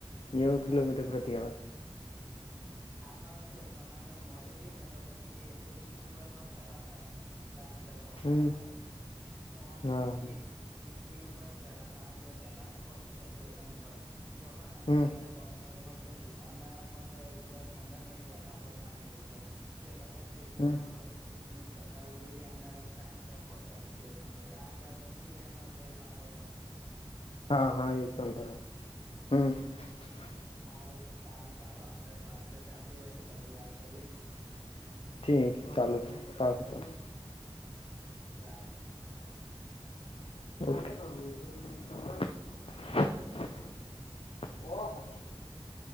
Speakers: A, on the left; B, on the right.
A: નેવ કિલોમીટર
B: એટલે
A: પ્રતી આાવર
B: આમાં શું હતું આમા ટ્રેન મોડી થી ને તો પછી એકસો ત્રીસ ઉપર પણ ચલાવતા હતા. ટાઈમસ પહોંચાડવા
A: હમ
B: માટે. ઓમ
A: હા
B: સ્પીડ ઉપર જ ચલાવે કારણ કે વહેલા પહોંચી જાય સ્ટેશન ઉપર. તો પણ અમે
A: હમ
B: જયારે વા આવ અમદાવાદમાં. તો દસ પંદર મિનિટ વહેલા પહોંચવાની રીતે તે બધા સ્ટેશન
A: હમ
B: ઉપર બબે મિનિટ વધારે ઉઊભી રહી અને ટાઈમ સર પહોંચાડી સ્ટેશન ઉપર કારણ કે હવે બીજી ટ્રેનો હોય તો એ પાટા ઉપર.
A: હા હા એયું પણમ બરાબર હમ <unintelligible>
B: સારું સારું ચાલો આપ. આપડે તો વાત તો ચાલતી રહેશે પછી વાત કરીએ.
A: ઠીક ચાલું <unintelligible> સારું ચાલો.
B: બાય
A: <inaudible>